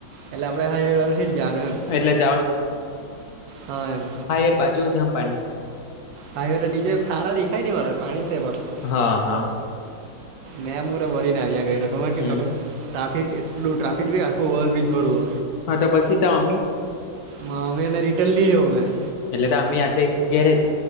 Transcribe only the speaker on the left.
એટલે
હાયવેર બાજુ હો જામ પાણીસ
હા હા
હમ
હા. તો પછી તા અમ્મી
એટલે તા અમ્મી આજ ઘેરેજ.